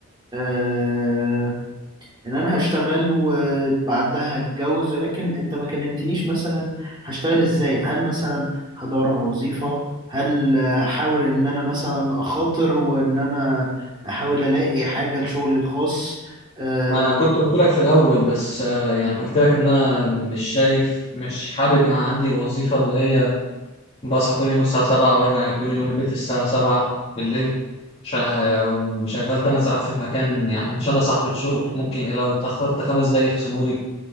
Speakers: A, on the right; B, on the left.
A: آه، ان انا هشتغل وبعدها هتجوز ولكن انت ما كلمتنيش مثلا هشتغل ازاي هل مثلا هدور على وظيفة هل هحاول ان انا مثلا اخاطر وان انا احاول الاقي حاجة لشغلي الخاص آه،
B: ما انا كنت قلت لك في الاول بس آه، يعني قلت لك ان انا مش شايف مش حابب يبقى عندي وظيفة اللي هي بصحى كل يوم الساعة سبعة وارجع كل يوم البيت الساعة سبعة بالليل شا- شغال تمن ساعات في مكان يعني مش أنا صاحب الشغل ممكن لو اتأخرت خمس دقايق يخصمولي